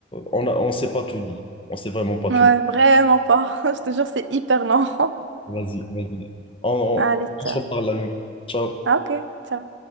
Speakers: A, on the left; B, on the right.
A: on a, on s'est pas tout dit, on s'est vraiment pas
B: Ouais,
A: tout dit.
B: vraiment pas. <laughs> Je te jure, c'est hyper lent.
A: Vas-y, vas-y, on, on
B: Ah, l'État.
A: on se reparle la nuit. Ciao.
B: Ah, ok, ça